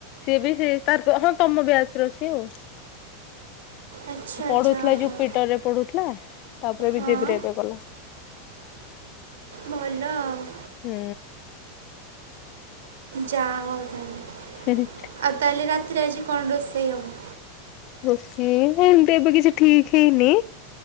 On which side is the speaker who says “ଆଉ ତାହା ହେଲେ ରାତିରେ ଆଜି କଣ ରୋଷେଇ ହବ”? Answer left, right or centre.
Right